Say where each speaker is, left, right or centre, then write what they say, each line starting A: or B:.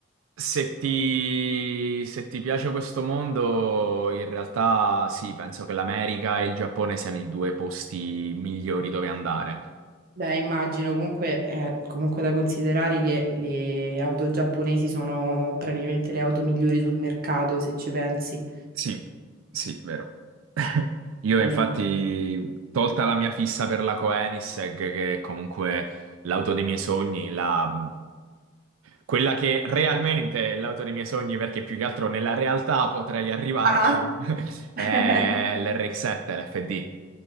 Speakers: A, on the right (about 85°); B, on the right (about 45°).
A: se ti, se ti piace questo mondo, in realtà sì, penso che l'America e il Giappone siano i due posti migliori dove andare.
B: Beh, immagino comunque è comunque da considerare che le auto giapponesi sono praticamente le auto migliori sul mercato, se ci pensi.
A: Sì, sì, vero. <laughs> Io
B: Veramente.
A: infatti, tolta la mia fissa per la Koenigsegg, che è comunque l'auto dei miei sogni, la- quella che realmente è l'auto dei miei sogni, perché più che altro nella realtà potrei arrivarci,
B: Ah.
A: <laughs> è
B: <laughs>
A: l'RX7, l'FD.